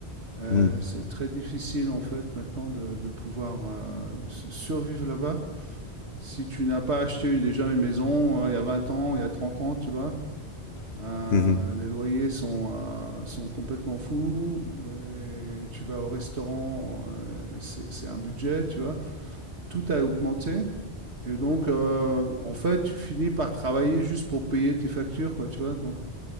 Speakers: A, on the right; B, on the left.
A: Euh,
B: Hmm,
A: c'est très difficile en fait maintenant de, de pouvoir euh, s- survivre là-bas. Si tu n'as pas acheté déjà une maison euh, il y a 20 ans, il y a 30 ans, tu vois,
B: <laughs>
A: euh,
B: mhm.
A: les loyers sont, euh, sont complètement fous. euh, et tu vas au restaurant, euh, c'est c'est un budget, tu vois. tout a augmenté. Et donc, euh, en fait, tu finis par travailler juste pour payer tes factures, quoi, tu vois. Donc,